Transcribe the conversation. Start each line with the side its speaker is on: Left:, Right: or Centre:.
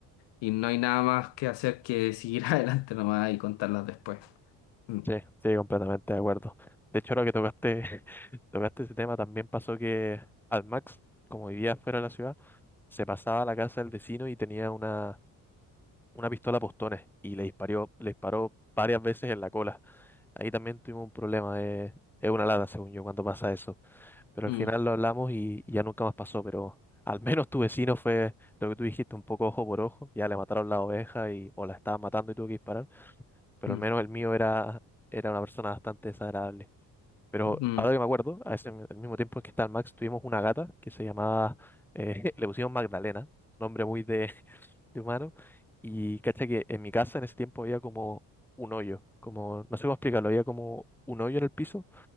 Left: y, y no hay nada más que hacer que seguir <laughs> adelante nomás y contarlas después. Mm,
Centre: Sí, sí, completamente de acuerdo. De hecho, ahora que tocaste, <laughs> tocaste ese tema, también pasó que al Max, como vivía fuera de la ciudad, se pasaba a la casa del vecino y tenía una, una pistola a postones y le disparó, le disparó varias veces en la cola. Ahí también tuvimos un problema, eh, es una lata, según yo, cuando pasa eso. Pero al
Left: mm,
Centre: final lo hablamos y, y ya nunca más pasó, pero al menos tu vecino fue lo que tú dijiste, un poco ojo por ojo, ya le mataron la oveja y, o la estaban matando y tuvo que disparar, pero
Left: mm,
Centre: al menos el mío era, era una persona bastante desagradable. Pero
Left: mm.
Centre: ahora que me acuerdo, a ese, al mismo tiempo que está el Max, tuvimos una gata que se llamaba, eh, <laughs> le pusimos Magdalena, nombre muy de, de humano. Y cacha que en mi casa en ese tiempo había como un hoyo, como, no sé cómo explicarlo, había como un hoyo en el piso.